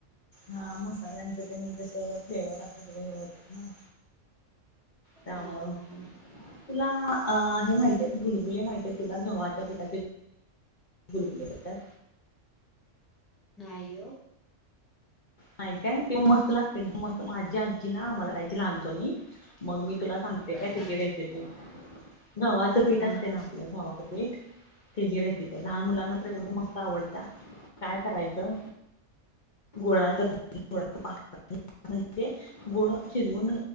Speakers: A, on the left; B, in the centre.
A: हा मसाल्यांच तेन कस फ्लेवर असे वेगवेगळे हो ना. त्या
B: हा
A: मूळ.
B: हा हा
A: तुला अ हे माहितीय भुलभुले माहिितय तुला गव्हाच्या पिठाचे गुलकुले प
B: नाहीो.
A: नाही काय तेव्हा मस्त लागते एकदम मस्त माझी आजी ना आम्हाला कायज लहानपणी मग मी तुला सांगते काय
B: हा
A: त्याची रेसिपी गव्हाचं पीठ
B: हा
A: असते
B: हा
A: ना आपलं गववा्हाचं पीठ हे जी रेसिप आहे लहान मुलांना तर एवढ्या मस्त आवडत्या काय करायचं. गुळाचळाच पा म्हणजे गुळ शिजवून